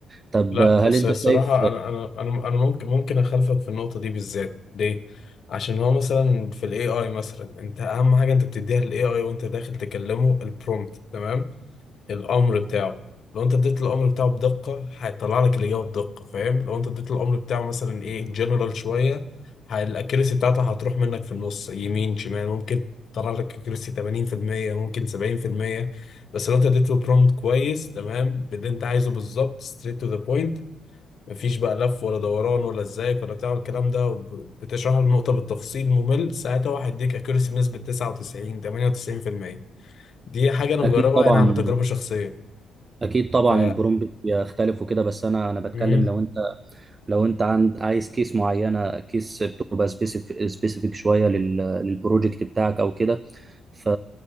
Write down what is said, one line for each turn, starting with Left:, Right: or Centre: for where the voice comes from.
Right: طب
Left: لا
Right: هل
Left: بس
Right: انت
Left: الصراحة
Right: شايف
Left: أنا أنا أنا أنا ممكن ممكن أخالفك في النقطة دي بالذات ليه؟ عشان هو مثلا في ال AI مثلا أنت أهم حاجة أنت بتديها لل AI وأنت داخل تكلمه البرومبت تمام؟ الامر بتاعه لو انت اديت الامر بتاعه بدقه هيطلع لك الاجابه بدقه فاهم لو انت اديت الامر بتاعه مثلا ايه جنرال شويه هي- الاكيرسي بتاعته هتروح منك في النص يمين شمال ممكن تطلع لك اكيرسي 80% ممكن 70% بس لو انت اديته برومبت كويس تمام باللي انت عايزه بالظبط ستريت تو ذا بوينت مفيش بقى لف ولا دوران ولا ازيك ولا بتاع الكلام ده وب- بتشرح له النقطه بالتفصيل ممل ساعتها هو هيديك اكيرسي بنسبه 99 98% دي حاجه انا
Right: اكيد
Left: مجربها
Right: طبعا
Left: انا عن تجربه شخصيه
Right: اكيد طبعا
Left: ف
Right: البرومبت بيختلف وكده بس انا انا بتكلم
Left: مم.
Right: لو انت لو انت عند عايز كيس معينه كيس بتبقى سبيسيفيك سبيسيفيك شويه لل للبروجكت بتاعك او كده ف